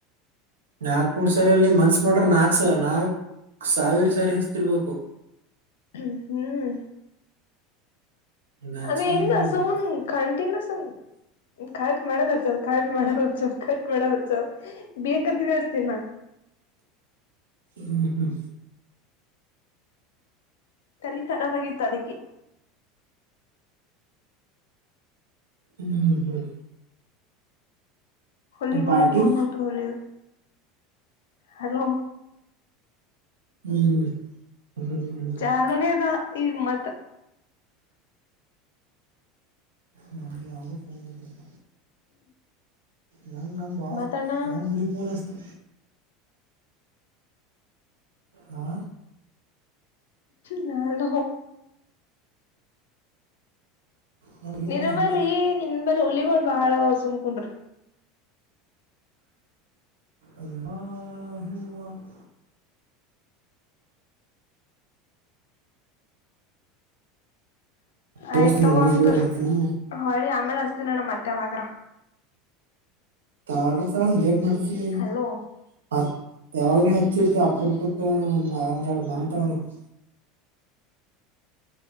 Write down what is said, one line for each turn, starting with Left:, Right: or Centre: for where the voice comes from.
Right: ನಾಕ್ ಮೂರ್ ಸರಿ ಅಲ್ಲಿ ಮನ್ಸ್ ಮಾಡ್ರ ನಾಕ್ ನಾಕ್ ಸಾವಿರ ಸಾರಿ ಹಸ್ಿರ್ಬೇಕು
Left: ್ಮ ಹ್ಮ್
Right: ನಾಚಿಗೆ
Left: ಅೇ ಏನು ನಸು
Right: ಹ್ಮ್
Left: ಕಂಟಿನ್ಯೂಸ ಖಾಟ್ ಮಾಡೋದ್ಚ್ಚಲ್ ಖಟ್ ಮಾಡೋದ್ಚ್ಚಲ್ ಟ್ ಮಾಡದ್ಚ್ಚಲ್ ಬೇಕದಿನಸ್ತೀನ್
Right: ಹ್ಮ್ ಹ್ಮ್
Left: ತಲ್ಲಿ ಖರಾ್ಗತ್ತು ಅದಕ್ಕೆ
Right: ಹ್ಮ್ ಹ್ಮ್
Left: ಹೊಲಿ ಹೊಲಿ
Right: ಪಾರ್ಟಿ
Left: ಪೋನ್ ಹೊಂಟು ಹೊಲಿದ ಹಲೋ
Right: ಹ್ಮ್ ಹ್ಮ್
Left: ಚಾರ್ ಮನದ ಈಗ ಮತ್ತ
Right: ನಾನ ಯಾವವುದೋ ಪತಪ್ಪ ನಂಗೆ ನಮ್ಮ ಭಾಸ್
Left: ಮಾತಾಡಣ
Right: ನಮ್ಮ ಹುಲಿಫೋನ ಅಷ್ಟು ಹಾ
Left: ನಾ ಹ
Right: ನಮ್ಮ ಹುಲಿ
Left: ನಿನ್
Right: ಫೋನ್ ಹಸ್ತು.
Left: ಬಲ್ಲಿ ನಿನ್ ಬಳಿ ಹುಲಿಗಳುಳ ಬಾಳ ಸುಮಕಂಡ್ರ
Right: ಅಲ್ಲೂ ವಕ್
Left: ಹ ಹ
Right: ದೋಸ್ತ್
Left: ಆಯ್ತಗ
Right: ನಮಾಜ್
Left: ಒಂದ್ರ
Right: ಬೀಳಲತ್ತನ
Left: ಹೊಳಿ ಆಮೇಲೆ ಅಸ್ತೀನಣ್ಣ ಮತ್ತೆ ಯಾಗಾದ್ರು
Right: ತಾಳ್ರ ತಾಳ ಬೇಕ್ ಮಾಡ್ತಿವಿ
Left: ಹಲೋ
Right: ಹತ್ ಯಾವಾಗ್ರ ಹತ್ ತ ಅಪಪಕ್ಕ ಆಂದ ಆಡು ಮಾತಾಡ <unintelligible>